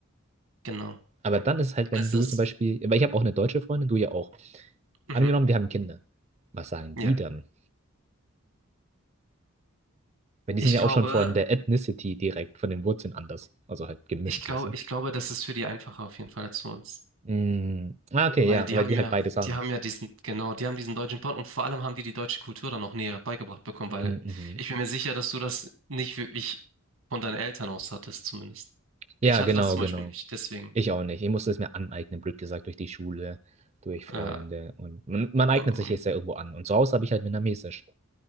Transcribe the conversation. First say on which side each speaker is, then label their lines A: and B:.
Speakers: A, on the right; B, on the right.
A: genau.
B: Aber dann ist es halt,
A: Also
B: wenn du
A: das,
B: zum Beispiel, weil ich habe auch eine deutsche Freundin, du ja auch.
A: mhm,
B: Angenommen, wir haben Kinder. Was sagen
A: ja.
B: die dann? Weil die
A: Ich
B: sind ja
A: glaube,
B: auch schon von der Ethnicity direkt, von den Wurzeln anders. Also halt gemischt,
A: ich glaube,
B: weißt du?
A: ich glaube, das ist für die einfacher auf jeden Fall als für uns.
B: Mm, ah, okay,
A: Weil
B: ja,
A: die
B: weil
A: haben
B: die
A: ja,
B: halt beides haben.
A: die haben ja diesen, genau, die haben diesen deutschen Part und vor allem haben die die deutsche Kultur dann noch näher beigebracht bekommen,
B: Mm,
A: weil
B: Mhm.
A: ich bin mir sicher, dass du das nicht wirklich von deinen Eltern aus hattest, zumindest.
B: Ja,
A: Ich hatte
B: genau,
A: das zum
B: genau.
A: Beispiel nicht, deswegen,
B: Ich auch nicht. Ich musste es mir aneignen, blöd gesagt, durch die Schule, durch Freunde.
A: äh,
B: Und man, man eignet
A: und, und-
B: sich jetzt ja irgendwo an. Und zu Hause habe ich halt vietnamesisch.